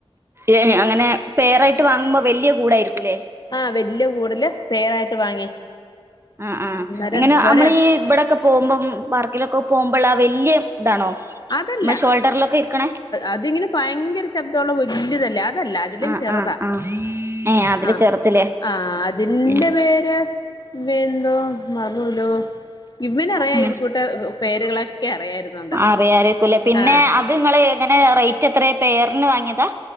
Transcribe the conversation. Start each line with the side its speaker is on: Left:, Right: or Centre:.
Right: ഏ അങ്ങനെ പേറായിട്ട് വാങ്ങുമ്പോ വലിയ കൂടായിയിരിക്കുല്ലേ?
Left: ആ ഹ് വല്യ കൂടില് പെയർ ആയിട്ട് വാങ്ങി.
Right: ആഹ് ആഹ്
Left: അന്നേരം
Right: എങ്ങനെ നമ്മളീ
Left: ഒര
Right: ഈ ഇവിടെക്കെ,, പോകുമ്പം പാർക്കിലൊക്കെ പോകുമ്പോൾ ആ വലിയ ഇതാണോ?
Left: അതല്ല
Right: നമ്മളെ ഷോൾഡറിലൊക്കെ ഇരിക്കണേ
Left: അതിങ്ങനെ ഭയങ്കര ശബ്ദമുള്ള വലുതല്ലേ അതല്ല അതിലും
Right: ആഹ്
Left: ചെറുതാ.
Right: ആഹ് ആഹ് ഏഹ് അതില്
Left: ആഹ്
Right: ചെറുതില്ലേ
Left: ആ ഹ് അതിൻ്റെ
Right: ഉം
Left: പേര് വെന്തോ മറന്നൂലോ ഇവന് അറിയ
Right: ഉം
Left: ഇത് കൂട്ടെ പേരുകളൊക്കെ അറിയായിരുന്നോണ്ട്.
Right: അറിയാരിക്കൂല്ലേ പിന്നെ
Left: ആഹ്
Right: അത് നിങ്ങൾ ഇങ്ങനെ റേറ്റ് എത്രയാണ് പേറിന് വാങ്ങിയതാ?